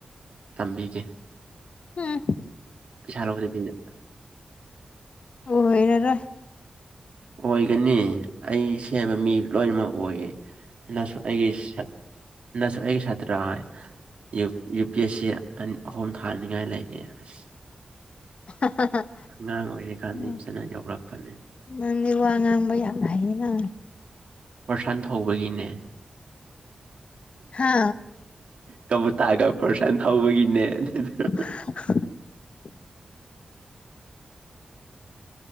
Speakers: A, on the right (about 60°); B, on the left (about 55°).
A: ꯇꯝꯕꯤꯒꯦ
B: ꯍꯝ
A: ꯄꯩꯁꯥ ꯂꯧꯕꯗꯤꯗ
B: ꯑꯣꯏꯔꯔꯣꯏ
A: ꯑꯣꯏꯒꯅꯤ ꯑꯩ ꯁꯦꯝꯕ ꯃꯤ ꯂꯣꯏꯅꯃꯛ ꯑꯣꯏꯌꯦ ꯅꯁꯨ ꯑꯩꯒꯤ ꯁꯛ ꯅꯁꯨ ꯑꯩꯒꯤ ꯁꯥꯇ꯭ꯔꯥ ꯌꯨ ꯌꯨꯄꯤ ꯑꯦꯁ ꯁꯤ ꯑꯥꯟ ꯑꯍꯨꯝ ꯊꯥꯅꯤꯡꯉꯥꯏ ꯂꯩꯅꯦ ꯑꯁ
B: <unintelligible>
A: ꯑꯉꯥꯡ ꯑꯣꯏꯔꯤꯀꯥꯟꯗꯤ
B: ꯎꯝ
A: ꯐꯖꯅ ꯌꯥꯎꯔꯛꯄꯅꯦ
B: ꯅꯪꯗꯤ ꯋꯥ ꯉꯥꯡꯕ ꯌꯥꯝ ꯍꯩꯌꯦꯅ
A: ꯐꯣꯔꯁꯥꯟ ꯊꯧꯕꯒꯤꯅꯦ
B: ꯍꯥ
A: ꯀꯕꯨꯇꯥꯥꯒ ꯐꯣꯔꯁꯟ ꯊꯧꯕꯒꯤꯅꯦ ꯑꯗꯨꯗꯨ
B: <unintelligible>